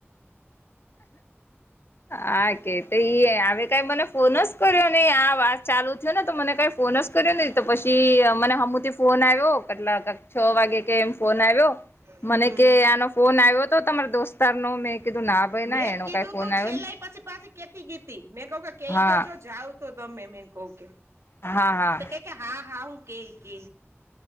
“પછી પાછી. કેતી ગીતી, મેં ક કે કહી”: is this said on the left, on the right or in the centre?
Right